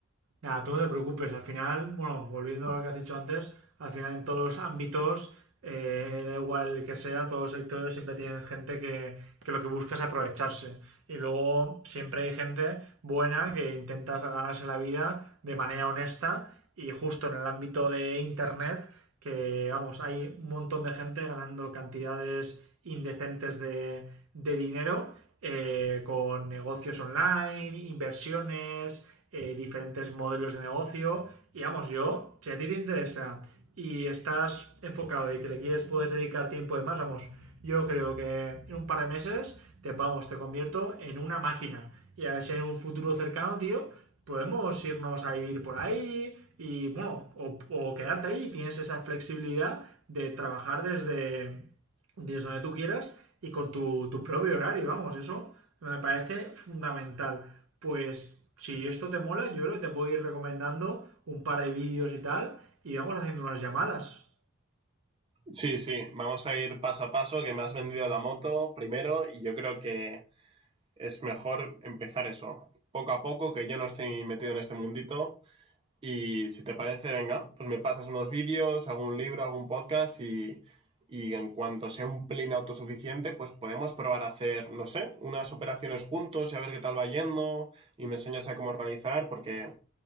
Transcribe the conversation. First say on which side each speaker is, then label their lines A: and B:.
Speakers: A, on the right (about 75°); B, on the right (about 25°).
A: Nada, tú no te preocupes, al final, bueno, volviendo a lo que has dicho antes, al final en todos los ámbitos, eh, da igual que sea, todos los sectores siempre tienen gente que, que lo que busca es aprovecharse. Y luego siempre hay gente buena que intenta ganarse la vida de manera honesta y justo en el ámbito de Internet, que vamos, hay un montón de gente ganando cantidades indecentes de, de dinero eh, con negocios online, inversiones, eh, diferentes modelos de negocio. Y vamos, yo, si a ti te interesa y estás enfocado y que le quieres, puedes dedicar tiempo de más, vamos, yo creo que en un par de meses te vamos, te convierto en una máquina. Y a ver si en un futuro cercano, tío, podemos irnos a vivir por ahí y, bueno, o, o quedarte ahí y tienes esa flexibilidad de trabajar desde, desde donde tú quieras y con tu, tu propio horario, vamos, eso me parece fundamental. Pues si esto te mola, yo creo que te puedo ir recomendando un par de vídeos y tal, y vamos haciendo unas llamadas.
B: Sí, sí, vamos a ir paso a paso, que me has vendido la moto primero y yo creo que es mejor empezar eso, poco a poco, que yo no estoy metido en este mundito Y si te parece, venga, pues me pasas unos vídeos, algún libro, algún podcast y, y en cuanto sea un plane autosuficiente, pues podemos probar a hacer, no sé, unas operaciones juntos y a ver qué tal va yendo y me enseñas a cómo organizar, porque...